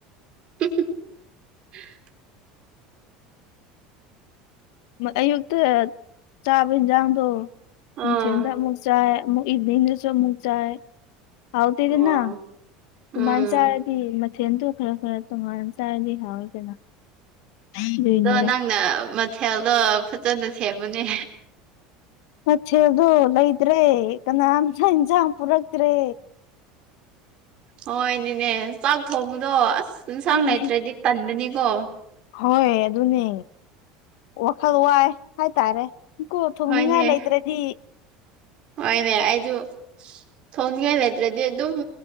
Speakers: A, on the right (about 35°); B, on the left (about 70°).
A: <unintelligible>
B: ꯑꯌꯨꯛꯇ ꯆꯥꯕ ꯏꯟꯁꯥꯡꯗꯣ
A: ꯑꯥ
B: ꯅꯨꯡꯊꯤꯜꯗ ꯑꯃꯨꯛ ꯆꯥꯏ ꯏꯚꯅꯤꯡꯗꯨꯁꯨ ꯑꯃꯨꯛ ꯆꯥꯏ ꯍꯥꯎꯇꯦꯗꯅꯥ
A: ꯑꯣ
B: ꯁꯨꯃꯥꯏꯅ
A: ꯎꯝ
B: ꯆꯥ ꯁꯤ ꯃꯊꯦꯜꯗꯣ ꯈꯔ ꯈꯔ ꯇꯣꯉꯥꯟꯅ ꯆꯥꯔꯗꯤ ꯍꯥꯎꯋꯦꯗꯅ ꯑꯗꯨꯢꯅꯤꯗ
A: ꯑꯗꯣ ꯅꯪꯅ <unintelligible> ꯃꯊꯦꯜꯗꯣ ꯐꯖꯅ ꯁꯦꯝꯃꯨꯅꯦ
B: ꯃꯊꯦꯗꯣ ꯂꯩꯇ꯭ꯔꯦ ꯀꯅꯥꯝꯇ ꯏꯟꯁꯥꯡ ꯄꯨꯔꯛꯇ꯭ꯔꯦ
A: ꯍꯣꯏꯅꯦꯅꯦ ꯆꯥꯛ ꯊꯣꯡꯕꯗꯣ ꯑꯁ ꯌꯦꯟꯁꯥꯡ
B: ꯎꯝ
A: ꯂꯩꯇ꯭ꯔꯗꯤ ꯇꯟꯕꯅꯤꯀꯣ
B: ꯍꯣꯏ ꯑꯗꯨꯅꯦ ꯋꯥꯈꯜ ꯋꯥꯏ ꯍꯥꯏꯇꯥꯔꯦ ꯀꯣ ꯊꯣꯡꯅꯤꯡꯉꯥꯏ
A: ꯍꯣꯏꯅꯦ
B: ꯂꯩꯇ꯭ꯔꯗꯤ
A: ꯍꯣꯏꯅꯦ ꯑꯩꯖꯨ ꯊꯣꯡꯅꯤꯡꯉꯥꯏ ꯂꯩꯇ꯭ꯔꯗꯤ ꯑꯗꯨꯝ